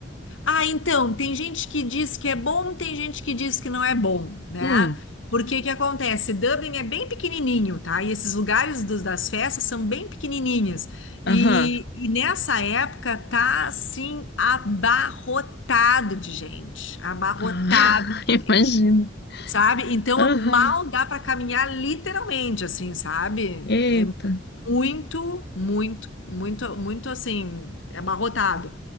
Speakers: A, on the left; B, on the left.
A: Ah, então, tem gente que diz que é bom, tem gente que diz que não é bom, né?
B: Hum,
A: Porque que acontece? Dublin é bem pequenininho, tá? E esses lugares dos- das festas são bem pequenininhas.
B: aham.
A: E, e nessa época tá, assim, abarrotado de gente. Abarrotado
B: Ah, <laughs>
A: de
B: imagino.
A: gente, sabe? Então,
B: Aham.
A: mal dá para caminhar literalmente, assim, sabe?
B: Eita.
A: muito, muito, muito, muito assim, abarrotado.